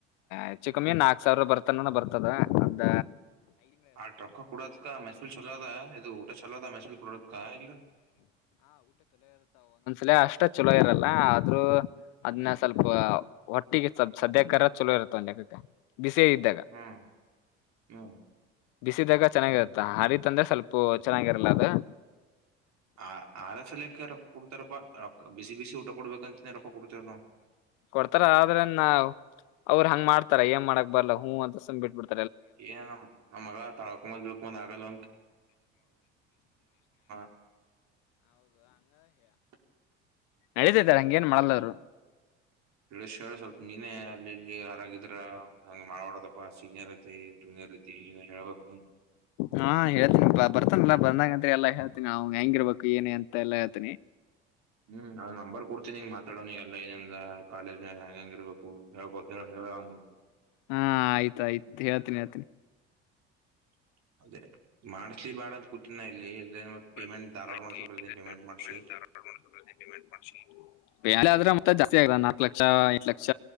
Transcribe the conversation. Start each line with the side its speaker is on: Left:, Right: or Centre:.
Left: ಹೆಚ್ಚು ಕಮ್ಮಿ ನಾಕ್ ಸಾವಿರ ಬರ್ತಾನ ಬರ್ತ ದ ಅಂತ
Right: ಹಾ ಟಕ್ಕಾ ಕುೂಡಾಾಸ ಕ ಮಹಸೂಸ ಚಲ ದು ಊೆ ಚಲೋ ತ ಮೆ ಪುರ ಗಾ ಇಲ್ಲ
Left: ಲ ಅಷ್ಟೇ ಚಲೋ ಇರಲ್ಲ ಆದ್ರೂ ಅದನ್ನ ಸ್ವಲ್ಪ ಒಟ್ಟಿಗೆ ಸದ್ಯ ಕರ ಚಲೋ ಇ ಇ ಬಿಸಿ ಇದ್ದಾಗ
Right: ಹಾ ಹ್ಮ್
Left: ಬಿಸಿದಾಗ ಚೆನ್ನಾಗಿರುತ್ತ ಹಾರಿ ತಂದ್ರೆ ಸ್ವಲ್ಪ ವಚ್ಚನಾಂಗರಲ ಅದೆ
Right: ಆ ಆರ್ ಎಫ್ ಎಲಕ್ಕ ರೊಕ್ಕ ಕೊಡ್ತಾರಪ್ಪಾ ರೊ ಬಿಸಿ ಬಿಸಿ ಊಟ ಕೊಡ್ಬೇಕಂತನ ರೊಕ್ಕ ಕೊಡ್ತೇವ ನವು
Left: ಕೊಡ್ತಾರ ಆದ್ರ ನಾವು ಅವ್ರರು ಹಂಗ ಮಾಡ್ತಾರ ಏನ್ ಮಾಡಕ್ ಬರ್ಲ್ಲ ಹೂ ಅಂತ ಸುಮ್ ಬಿಟ್ಬಿಡ್ತ
Right: ಏನ್ ನಮ್ಮ ಮಗ ತಾಳಕಮ ಬಿಳ್ಕೊ ಆಗಲ್ಲ <unintelligible> <unintelligible>
Left: ನಡೀತೈತಿ ಹಂಗೇನ್ ಮಾಡಲ್ಲ ಅವ್ರು
Right: ತಿಳಿಸಿ ಹೇಳು ಸ್ವಲ್ಪ ನೀನೇ ಅಲ್ಲಿ ಇಲ್ಲಿ ಆರಾಗಿದ್ರ ಹಂಗ ಮಾಡಾಡದಪ್ಪ ಸೀನಿಯರ್ ಆಗತಿ ಜೂನಿಯರ್ ಹೇಳ್ಬೇಕು ನೀನು
Left: ಹಾ ಹೇಳ್ತನಾ ಬರ್ತನ್ಲಾ ಬಂದಂಗ ಅಂದ್ರ ಎಲ್ಲ ಹೇಳ್ತೀನಿ ಅವ್ ಹೆಂಗಿರ್ಬೇಕು ಏನೇ ಅಂತ ಎಲ್ಲ ಹೇಳ್ತೀನಿ
Right: ಹ್ಮ್ ಅದ್ ನಂಬರ್ ಕೊಡ್ತೀನಿಂಗ ಮಾತಾಡೋಲ್ಲ ಏನಂದ ಕಾಲೇಜ್ ಹೆಂಗಿರಬೇಕು ಹೇಳುಕೊತ ಹೇಳು ಅವ್ನಿಗೆ
Left: ಹಾ ಆಯ್ತ್ ಆಯ್ತು ಹೇಳ್ತೀನಿ ಹೇಳ್ತನಿ
Right: <unintelligible>
Left: <unintelligible>
Right: ಪೇಮೆಂಟ್ ಧಾರವಾಡ ಮಾಡ್ಸಬೇಕ ಪೇಮೆಂಟ್ ಮಾಡ್ಸಿ
Left: ಜಾಸ್ತಿ ಆಗದ ನಾಕ್ ಲಕ್ಷ ಎಂಟ್ ಲಕ್ಷ